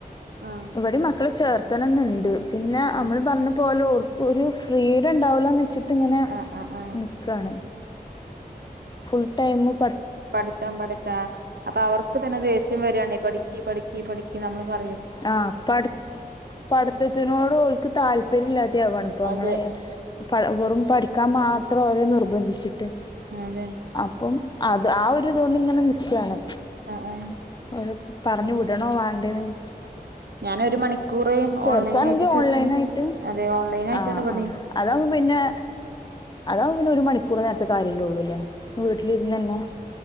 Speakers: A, on the right; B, on the left.
A: ആഹ്
B: ഇവിടെ മക്കളെ ചേർ ത്തണന്നുണ്ട് പിന്നെ നമ്മള്
A: ഉം
B: പറഞ്ഞ പോലെ ഓർ ക്കൊരു ഫ്രീഡം ണ്ടാവില്ലാന്ന് വെച്ചിട്ടിങ്ങനെ
A: ആഹ് ആഹ് ആഹ്
B: നിക്കാണ് ഫുൾ ടൈമ്
A: പഠിത്തം പഠിത്താ അപ്പൊ അവർക്ക് തന്നെ ദേഷ്യം വരികാണെ പഠിക്ക് പഠിക്ക് പഠിക്ക് നമ്മള് പ
B: ആ പഠി പടുത്തത്തിനോട് ഓൽക്ക് താല്പര്യം ഇല്ലാതെയാവാണ് ഇപ്പം
A: അതെ
B: അല്ലെ പ വെറും പഠിക്കാൻ മാത്രം ഓരെ നിർബന്ധി വച്ചിട്ട്
A: അതെ
B: അപ്പം അത് ആ ഒരു ഇതുകൊണ്ട് ഇങ്ങനെ നിക്കയാണ്
A: ആ ആ
B: ഓനെ പറഞ്ഞു വിടണോ വേണ്ടയോന്ന്
A: ഞാനൊരു മണിക്കൂറ്
B: ചേർക്കയാണെങ്കി
A: ഓൺലൈനായിട്ട് ചേർത്തുന്നു
B: ഓൺലൈനായിട്ട്
A: അതെ ഓൺലൈൻ ആയിട്ടാണ്
B: ആ
A: ഇവിടെയും
B: ആ അതാവുമ്പോ പിന്നെ അതാവുമ്പോ പിന്നെ ഒരു മണിക്കൂർ നേര ത്തെ കാര്യല്ലേ ഉള്ളൂല്ലേ വീട്ടിലിരുന്ന് തന്നേ